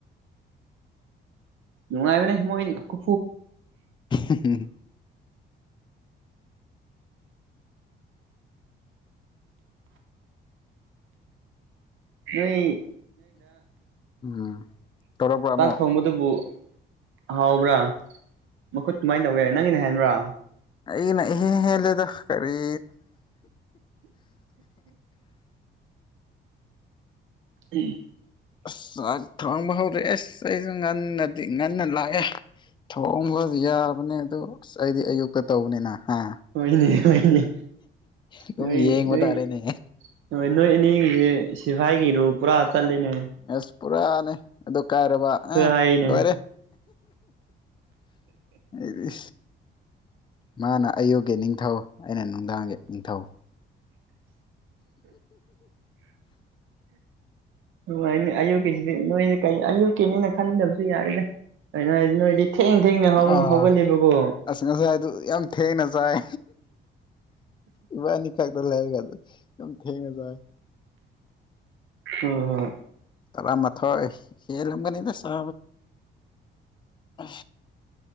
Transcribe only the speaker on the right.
ꯅꯨꯡꯉꯥꯏꯕꯅꯦ ꯃꯣꯏꯅꯤ ꯀꯨ
ꯅꯣꯏ
ꯇꯥꯛ
ꯊꯣꯡꯃꯗꯕꯨ ꯍꯥꯎꯕ꯭ꯔꯥ ꯃꯈꯨꯠ ꯀꯃꯥꯏꯅ ꯇꯧꯒꯦ ꯅꯪꯒꯤꯅꯦ ꯍꯥꯏꯕ꯭ꯔꯥ
ꯎꯝ
ꯍꯣꯏꯅꯦ ꯍꯣꯏꯅꯦ
ꯅꯣꯏ
ꯅꯣꯏ
ꯍꯣꯏ ꯅꯣꯏ ꯑꯅꯤꯒꯤꯁꯦ ꯁꯤꯐꯥꯏꯒꯤꯔꯨ ꯄꯨꯔꯥ ꯍꯥ ꯆꯂꯅꯦ
ꯍꯥꯏꯅꯦ
ꯑꯉꯅꯦ ꯑꯌꯨꯛꯀꯤꯁꯤꯗꯤ ꯅꯣꯏꯁꯦ ꯀꯩ ꯑꯌꯨꯛꯀꯤꯅꯤꯅ ꯈꯟꯗꯕꯁꯨ ꯌꯥꯔꯦꯗ ꯍ ꯅꯣꯏꯗꯤ ꯊꯦꯡ ꯊꯦꯡꯅ
ꯍꯧꯒꯠꯂꯦꯕꯀꯣ
ꯍ ꯍꯣꯏ